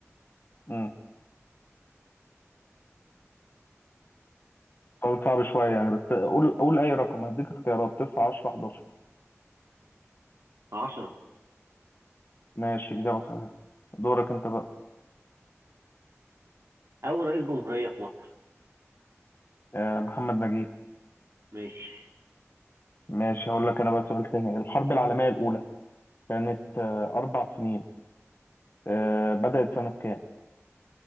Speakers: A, on the left; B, on the right.
A: مم. سؤال صعب شوية يعني بس قول قول اي رقم هديك اختيارات 9 10 11
B: عشرة
A: ماشي اجابة صحيحة دورك انت بقى
B: أول رئيس جمهورية في مصر
A: آه، محمد نجيب
B: ماشي
A: ماشي هقول لك انا بقى سؤال تاني الحرب العالمية الأولى كانت آه، أربع سنين آه، بدأت سنة كام